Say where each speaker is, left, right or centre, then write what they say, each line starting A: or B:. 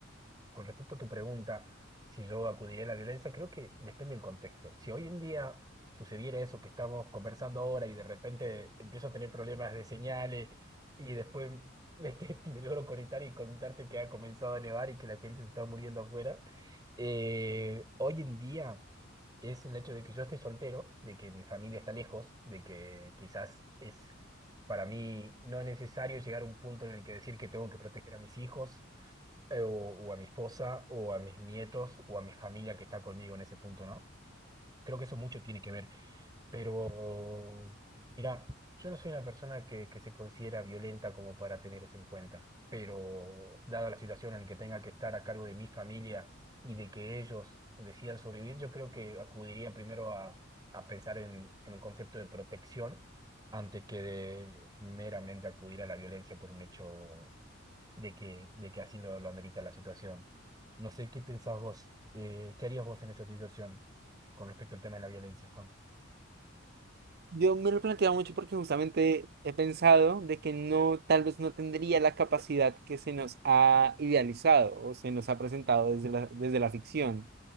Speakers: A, on the right; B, on the right.
A: Con respecto a tu pregunta, si yo acudiría a la violencia, creo que depende del contexto. Si hoy en día sucediera eso que estamos conversando ahora y de repente empiezo a tener problemas de señales y después me, <laughs> que me logro conectar y contarte que ha comenzado a nevar y que la gente se está muriendo afuera, eh, hoy en día es el hecho de que yo estoy soltero, de que mi familia está lejos, de que quizás es para mí no necesario llegar a un punto en el que decir que tengo que proteger a mis hijos eh, o, o a mi esposa, o a mis nietos, o a mi familia que está conmigo en ese punto, ¿no? Creo que eso mucho tiene que ver, pero mira, yo no soy una persona que, que se considera violenta como para tener eso en cuenta, pero dada la situación en que tenga que estar a cargo de mi familia y de que ellos decidan sobrevivir, yo creo que acudiría primero a, a pensar en, en un concepto de protección antes que de meramente acudir a la violencia por un hecho de que, de que así lo, lo amerita la situación. No sé qué pensás vos, eh, qué harías vos en esa situación con respecto al tema de la violencia, Juan.
B: Yo me lo he planteado mucho porque justamente he pensado de que no, tal vez no tendría la capacidad que se nos ha idealizado o se nos ha presentado desde la, desde la ficción.